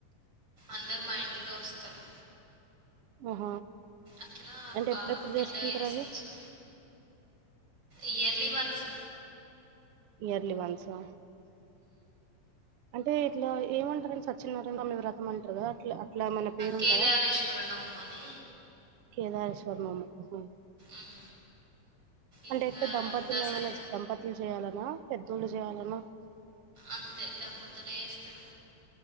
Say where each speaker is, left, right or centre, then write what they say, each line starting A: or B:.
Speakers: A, on the right; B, on the right.
A: అందరు మా ఇంటికి వస్తారు
B: ఆహ
A: అట్లా
B: అంటే
A: బాగా
B: ఎప్పుడెప్పుడు
A: పెద్దగా
B: చేసుకుంటారు
A: చేసుకుంటాం
B: అవి
A: ఇయర్లీ వన్స్
B: ఇయర్లీ వన్స్ ఆ అంటే ఇట్లా ఏమంటారండి సత్యనారాయణ స్వామి వ్రతం అంటారు కదా అట్లా ఇట్లా మన పేరు
A: కేదారేశ్వర
B: ఉంటందా
A: నోము అని
B: కేదారిశ <unintelligible>
A: ఉమ్, ఇంకా
B: అంటే టె దంపతులు
A: దసరా
B: ఏమైనా దంపతులు చేయాల కదా పెద్దోళ్ళు చేయాలన
A: అంతే దంపతులే ఏస్తారు